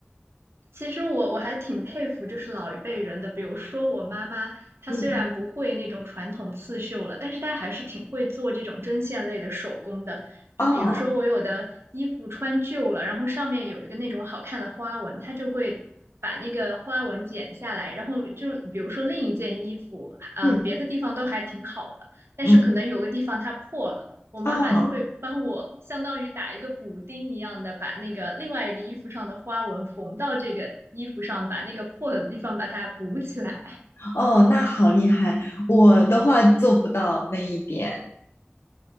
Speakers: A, on the right; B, on the left.
A: 其实我我还挺佩服，就是老一辈人的，比如说我妈妈，她虽然不会那种传统刺绣了，
B: 嗯
A: 但是她还是挺会做这种针线类的手工的。就比如说我有的衣服穿旧了，
B: 哦，
A: 然后上面有一个那种好看的花纹，她就会把那个花纹剪下来，然后就比如说另一件衣服，嗯、
B: 嗯，
A: 别的地方都还挺好的，但是可能有个地方它破了。
B: 嗯，
A: 我妈妈就会帮我，
B: 哦，
A: 相当于打一个补丁一样的，把那个另外一个衣服上的花纹缝到这个衣服上，把那个破的地方把它补起来。
B: 哦，那好厉害，我的话做不到那一点，